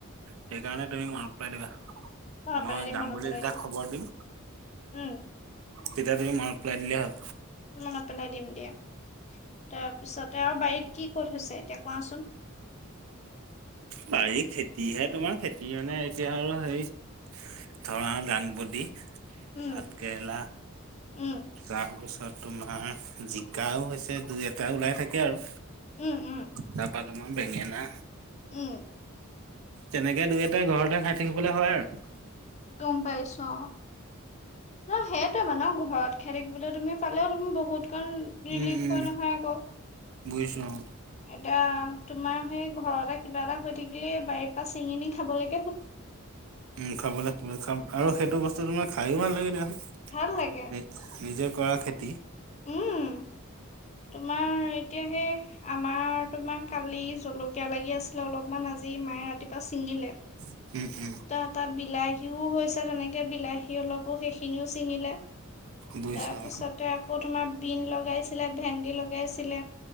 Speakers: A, on the right; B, on the left.
A: সেইকাৰণে তুমি মনত পেলাই দিবা।
B: অ মনত
A: মই
B: পেলাই
A: যাম
B: দিম মনত
A: বুলি
B: পেলাই
A: যেতিয়া খবৰ দিম
B: উম
A: তেতিয়া তুমি আৰু পেলাই দিলে হ'ল
B: মনত পেলাই দিম দিয়া। তাৰপিছতে আৰু বাৰীত কি ক'ত হৈছে এতিয়া কোৱাচোন।
A: বাৰিত খেতিহে তোমাৰ খেতি মানে এতিয়া আৰু হেৰি ধৰা দাংবদী।
B: উম
A: ভাত কেৰেলা,
B: উম
A: তাৰপিছত তোমাৰ জিকাও, হৈছে দুই এটা ওলাই থাকে আৰু,
B: উম উম
A: তাৰপাত আ বেঙেনা,।
B: উম!
A: তেনেকে দুই এটা ঘৰতে খাই থাকিবলৈ হয় আৰু।
B: গম পাইছোঁ অ। অহ সেইটোৱে মানহ ঘৰত খেতি বুলি তুমি পালেও তুমি বহুত কাৰণ ৰিলিফ
A: উম উম
B: হয় নহয় আকৌ
A: বুজিছো অ
B: এতিয়া তোমাৰ সেই ঘৰতে কিবা এটা হৈ থাকিলে বাৰীৰ পৰা চিঙনি খাব লাগে।
A: উম খাবলৈ খাব আৰু সেইটো বস্তু তোমাৰ খায়ো ভাল লাগে দিয়া। নি
B: ভাল লাগে
A: নিজে কৰা খেতি।
B: উম! উম এতিয়া সেই আমাৰ তোমাৰ কালি জলকীয়া, লাগি আছিলে অলপ। অকমান আজি মায়ে ৰাতিপুৱা ছিঙিলে
A: উম উম
B: ত তাত বিলাহীও হৈ। তাৰ পিছত এনেকে বিলাহী, অলপো সেইখিনিও ছিঙিলে।
A: বুজিছো
B: তাৰপিছতে
A: অ
B: আকৌ তোমাৰ বিন লগাইছিলে, ভেন্দি লগাইছিলে